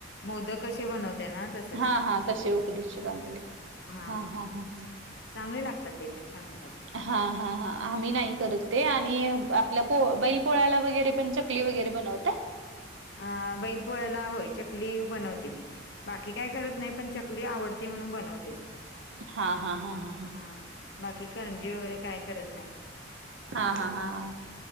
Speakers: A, on the left; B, on the right.
A: मोदक- कशे बनवतां ना तसंच
B: हा हा तसे उकडीचे कानवले
A: हां
B: हा
A: हां
B: हा हा
A: चांगले लागतात ते पण छान. होतात ते
B: हा हा हा आम्ही नाही
A: हा
B: करत. ते आणि आपल्या पो बैल पोळ्याला वगैरे पण चकली वगैरे बनवतय?
A: अ बैल पोळ्याला होय चकली बनवते मी बाकी काय करत नाही पण चक चकली आवडते म्हणून बनवतेच.
B: हां हां हां हां हां
A: हा बाकी करंजी वगैरें कायं करतं नाहीं.
B: हां हां हां हां